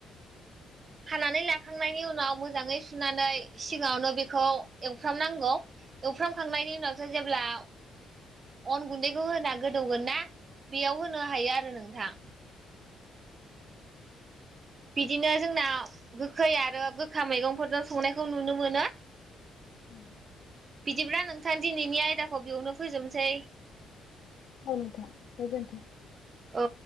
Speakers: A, on the right; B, on the left.
A: हानानै लाखांनायनि उनाव मोजाङै सुनानै सिगाङावनो बेखौ एवफ्रामनांगौ एवफ्रामखांनायनि उनावसो जेब्ला
B: <inaudible>
A: अन गुन्दैखौ होना गोदौगोन ना बेयाव होनो हायो आरो नोंथां बिदिनो जोंना गोखै आरो गोखा मैगंफोरजों संनायखौ नुनो मोनो
B: औ
A: बिदिब्ला नोंथां दिनैनि आयदाखौ बेयावनो फोजोबनोसै
B: औ नोंथां गोजोनथों
A: औ